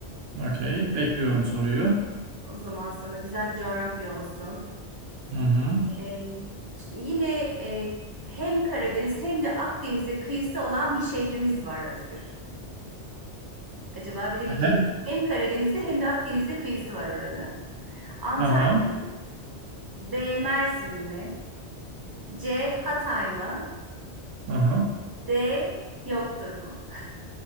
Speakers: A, on the right; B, on the right.
A: Okey. Bekliyorum soruyu.
B: O zaman sana güzel bir coğrafya olsun.
A: Hı hı.
B: Ee, yine e, hem Karadeniz hem de Akdeniz'e kıyısı olan bir şehrimiz var Özgür. Acaba bilebilecek
A: Hem,
B: misin? Hem Karadeniz'de hem de Akdeniz'de kıyısı var oranın. Antalya
A: aha,
B: mı? B. Mersin mi? C. Hatay mı?
A: aha.
B: D. Yoktur mu? <laughs>